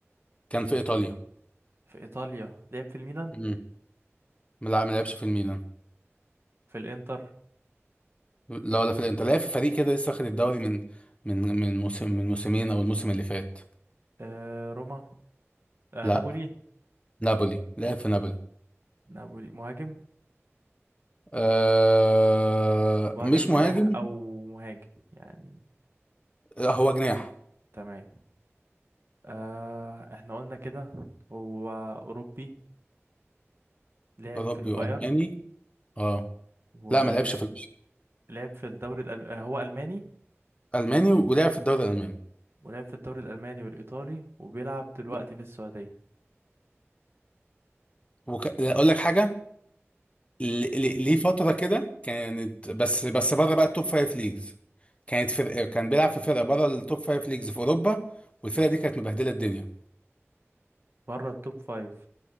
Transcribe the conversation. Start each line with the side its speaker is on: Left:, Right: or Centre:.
Left: كان في ايطاليا
Right: في ايطاليا لعب في الميلان
Left: امم لا ما لعبش في الميلان
Right: في الانتر
Left: لا ولا في الانتر لعب في فريق كده لسه واخد الدوري من من من موسم من موسمين او الموسم اللي فات
Right: آه روما آه
Left: لا
Right: نابولي
Left: نابولي لعب في نابولي
Right: نابولي مهاجم
Left: آه
Right: مهاجم
Left: مش
Right: جناح
Left: مهاجم
Right: او مهاجم يعني
Left: لا، هو جناح
Right: تمام آه احنا قلنا كده هو اوروبي لعب
Left: اوروبي
Right: في البايرن
Left: والماني اه
Right: ولعب
Left: لا ما لعبش في
Right: لعب في الدوري الألم... آه، هو الماني
Left: الماني ولعب في الدوري الالماني
Right: ولعب في الدوري الالماني والايطالي وبيلعب دلوقتي
Left: ب-
Right: في السعودية
Left: وك... اقول لك حاجه ل... ل... ليه فتره كده كانت بس بس بره بقى التوب فايف ليجز كانت فرقه كان بيلعب في فرقه بره التوب فايف ليجز في اوروبا والفرقه دي كانت مبهدله الدنيا
Right: بره التوب فايف